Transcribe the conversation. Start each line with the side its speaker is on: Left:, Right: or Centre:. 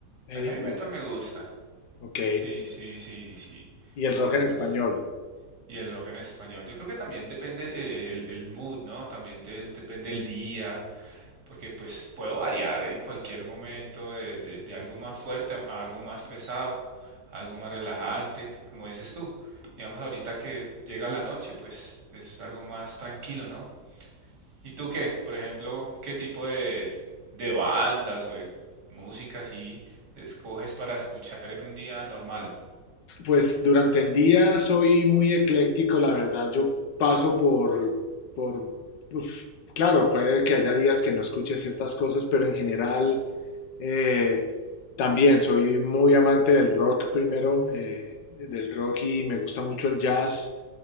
Left: Hey,
Right: El heavy metal me gusta.
Left: ok.
Right: Sí, sí, sí, sí.
Left: Y el rock
Right: Algo
Left: en español.
Right: así. Y el rock en español. Yo creo que también depende eh, el, el mood, ¿no? También del, depende el día, porque pues puedo variar en cualquier momento de, de- de algo más fuerte a, a algo más pesado, a algo más relajante, como dices tú. Digamos ahorita que llega la noche, pues es algo más tranquilo, ¿no? ¿Y tú qué? Por ejemplo, ¿qué tipo de, de bandas o de música así escoges para escuchar en un día normal?
Left: Pues durante el día soy muy ecléctico, la verdad. Yo paso por, por, uf, claro, puede que haya días que no escuche ciertas cosas, pero en general eh, también soy muy amante del rock primero, eh, del rock y me gusta mucho el jazz,